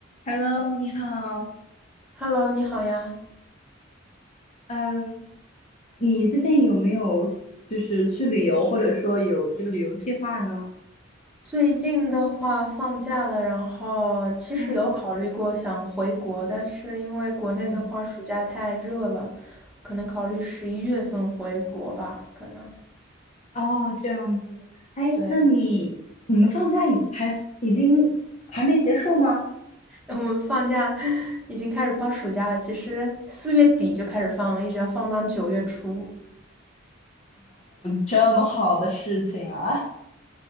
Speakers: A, on the left (about 35°); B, in the centre.
A: Hello，你好。
B: Hello，你好呀。
A: 嗯，你最近有没有就是去旅游，或者说有这个旅游计划呢？
B: 最近的话放假了，然后其实有考虑过想回国，
A: 嗯
B: 但是因为国内的话暑假太热了，
A: 嗯，
B: 可能考虑十一月份回国吧，可能。
A: 哦，这样子。哎，
B: 对，
A: 那你你们放假已还已经还没结束吗？
B: <laughs> 我们放假已经开始放暑假了，其实四月底就开始放了，一直要放到九月初。
A: 这么好的事情啊。